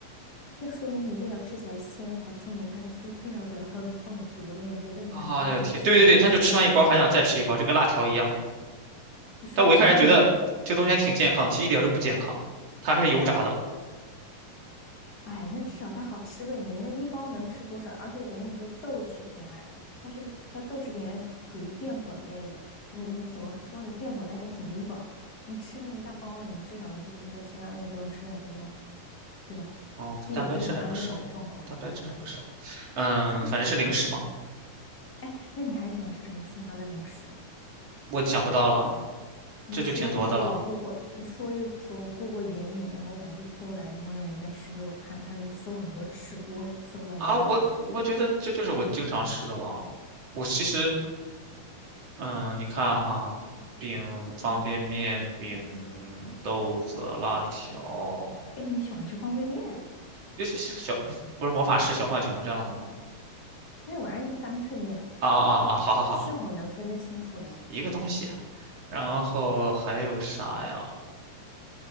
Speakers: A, on the left (about 35°); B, on the right (about 50°).
A: 那说明你味道吃起来鲜才，说明它的配配料都要都放足了呀。你得这么想，
B: 哎呀天，
A: 你得感谢它，
B: 对对对，他就吃完一包还想再吃一包，就跟辣条一样。
A: 就说就说明它，
B: 但我一开始觉得这东西还挺健康，其实一点都不健康，它还是油炸的。
A: 哎，那至少它好吃呗。你那一包能吃多少？而且我跟你说，豆制品还它是不是它豆制品还属于淀粉类的？你你怎么说呢？淀粉类还挺顶饱，你吃那一大包了，你至少就是说其他东西不用吃太多了，对吧？
B: 哦，它蛋白质还不少，
A: 这也是一种安慰你的状况吧。
B: 蛋白质还不少。嗯，反正是零食嘛，
A: 哎，那你还喜欢吃什么其他的零食啊？
B: 我想不到了，
A: 你说一说我过过，
B: 这就挺多的了。
A: 你说一说我过过眼瘾，然后我打去搜来，然后让人家吃给我看，他能搜很多吃播，<laughs> 搜到这些东西。
B: 啊，我我觉得这就是我经常吃的了。我其实，嗯，你看哈，饼、方便面、饼、豆子、辣条，
A: 哎，你喜欢吃方便面？
B: 就是小，不是魔法师、小浣熊这样的吗？
A: 那玩意儿叫干脆面，
B: 啊啊啊啊！好好好，
A: 是否能分得清楚呢？
B: 一个东西。然后还有啥呀？